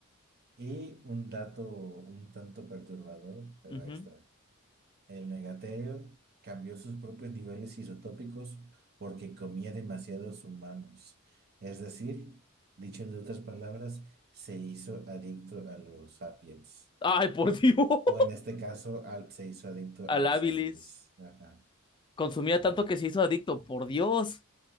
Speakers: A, on the right (about 50°); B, on the left (about 20°).
A: Y un dato un tanto perturbador, pero
B: Ujú.
A: extra. El negaterio cambió sus propios niveles isotópicos porque comía demasiados humanos. Es decir, dicho de otras palabras, se hizo adicto a los sapiens.
B: Ay, por Dios. <laughs>
A: O en este caso, al- se hizo adicto a
B: Al
A: los
B: Habilis.
A: habilis. Ajá.
B: Consumía tanto que se hizo adicto. Por Dios.